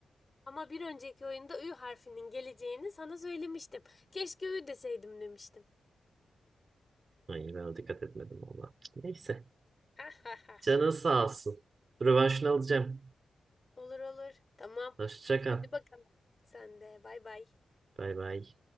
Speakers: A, on the left (about 30°); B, on the right (about 45°).
A: Ama bir önceki oyunda Ü harfinin geleceğini sana söylemiştim. Keşke Ü deseydim demiştim.
B: Ay ben ona dikkat etmedim valla. Neyse.
A: <laughs>
B: Canın sağ olsun. Rövanşını alacağım.
A: Olur olur. Tamam.
B: Hoşça kal.
A: Hadi bakalım. Sen de bay bay.
B: Bay bay.